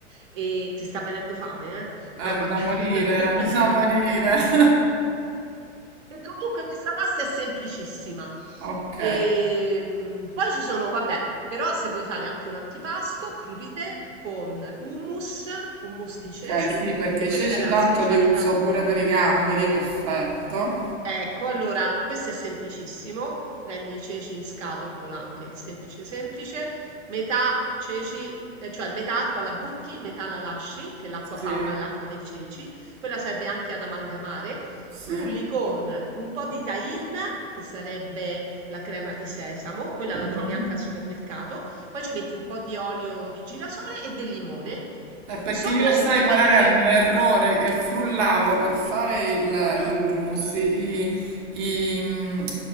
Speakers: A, on the right (about 75°); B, on the right (about 40°).
A: E ti sta venendo fame, eh?
B: È
A: No, vabbè.
B: da morire,
A: <laughs>
B: <laughs> da morire. <laughs>
A: E comunque questa pasta è semplicissima.
B: Ok,
A: E, mm, poi ci sono, vabbè, però se vuoi fare anche un antipasto, crudité con hummus, hummus di
B: ok,
A: ceci,
B: sì, perché
A: e
B: i
A: questa
B: ceci
A: è la
B: tanto
A: specialità
B: li uso pure per i gamberi, perfetto.
A: Ecco, allora questo è semplicissimo. Prendi i ceci in scatola anche, semplice semplice, metà ceci, eh, cioè metà acqua la butti, metà la lasci, che l'acqua
B: Sì,
A: faba è l'acqua dei ceci, quella serve anche ad amalgamare.
B: sì.
A: Frulli con un po' di tahine, che sarebbe la crema di sesamo, quella
B: Mhm.
A: la trovi anche al supermercato, poi ci metti un po' di olio di girasole e del limone.
B: È perché
A: Sopra
B: io lo
A: ci
B: sai
A: puoi
B: qual
A: mettere...
B: era il mio errore? Che frullavo per fare il-
A: Ah.
B: l'hummus, i- i- mm,